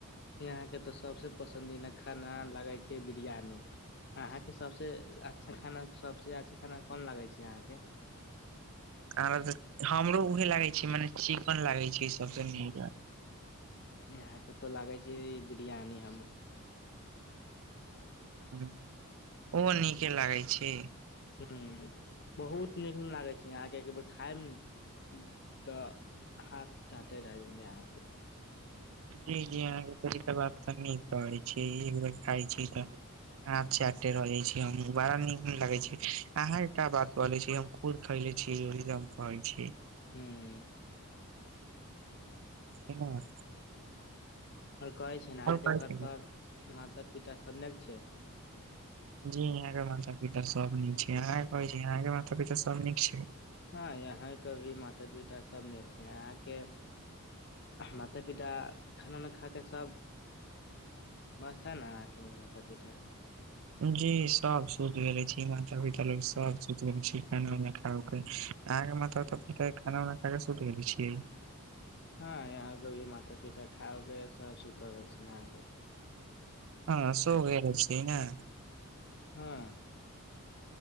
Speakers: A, on the left (about 50°); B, on the right (about 65°).
A: यहाँ केँ तऽ सबसे पसंदिदा खाना लागै छै बिरयानी अहाँकेँ सबसे अच्छा खाना सबसे अच्छा खाना कोन लागे छी अहाँकेँ
B: <unintelligible> हमरो उहे लागे छै माने चिकन लागे छै सबसे नीक
A: यहाँ केँ तो लागै छै बिरियानी हम
B: हुँ ओहो नीके लागै छै
A: हुँ बहुत नीक नऽ लागै छै यहाँ केँ एक बेर खाएब नु तऽ हाथ चाटे रह जेबै अहाँकेँ
B: जी जी अहाँकेँ त बात तऽ निक कहै छी एक बेर खाइ छी तऽ हाथ चाटे रहै छी हम बड़ा नीक लगै छी अहाँकेँ का बात कहले छी हम खुद खाइले छी ओहि लऽ हम कहै छिये
A: हूँ
B: हँ
A: आओर कहे छै नऽ अहाँ केँ
B: कहै छी
A: घर
B: ने
A: पर माता पिता सब निक छै
B: जी यहाँ केँ माता पिता सब नीक छै अहाँ कऽ कहै छी अहाँ केँ माता पिता सब नीक छै
A: हँ यहाँ केँ भी माता पिता सब निक छै अहाँकेँ माता पिता खाना उना खाकेँ सब मस्त है न अहाँकेँ माता पीता
B: जी सब सुत गेले छी माता पिता लोग सब सुत गेल छियै खाना उना खा उ कऽ अहाँ कऽ माता पिता तऽ खाना उना खा कऽ सुत गेल छिये
A: हँ यहाँ केँ भी माता पिता खा उ केँ सब सुतल छै अहाँकेँ
B: हँ सो गेल छी नऽ
A: हँ